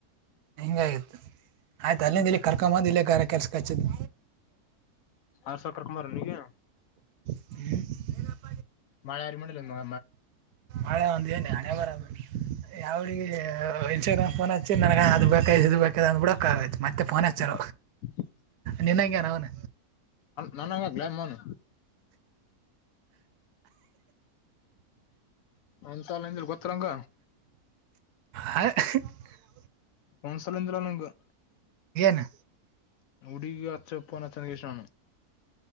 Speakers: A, on the right; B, on the left.
A: ಹಿಂಗಾಗಿತ್ತು ಆಯ್ತು ಅಲ್ಲಿಂದ
B: ಹ್ಮ್
A: ಇಲ್ಲಿ ಕರ್ಕೊದು ಇಲ್ಲ ಗ ಕೆಲ್ಸಕ್ಕೆ ಹಚ್ಚಿದ್ದ
B: ಆರ್ ಸೌಕರ್ ಕುಮಾರ್ ನೀಗೆ
A: ಹ್ಮ್
B: ಮಳೆ ಯಾರಿಗ್ ಮಾಡಿಲ್ಲ ಮಳೆ
A: ಹಳೆ ಆಂದ ಹಳ ಮರ ಯಾವಿಗೆ ಇನ್ಸ್ಟಾಗ್ರಾಮ್ ಫೋನ್ ಹಚ್ಚಿ ನನಗ ಅದ ಬೇಕ ಬೇಕ ಅ ಬಿಡಕ್ ಆತ್ ಮತ್ತೆ ಫೋ ಹಚ್ಚಾರ
B: ಹ್ಮ
A: ನಿನ್ನಂಗಾನ ಅವನ
B: ನನಂಗ್ಲಮ್ಮನು ಒಂದ್ಸಲ ನಿಂದಿಲ್ ಗೊತ್ರಂಗ
A: ಹ <unintelligible>
B: ಒಂದ್ಸಲಿಂದಿಲ್ಲ ನಂಗಗ
A: ನು
B: ಉಡಿ ಅಚ್ಚಪ್ಪನ್ಚ್ಚನ್ ಕಷು